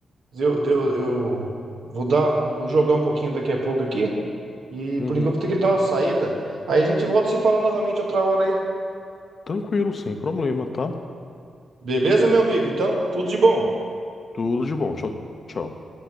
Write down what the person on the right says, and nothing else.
Eu, eu, eu vou dar, vou jogar um pouquinho daqui a pouco aqui. E
por enquanto tem que dar uma saída. Aí a gente volta a se falar novamente outra hora aí.
Beleza, meu amigo? Então, tudo de bom.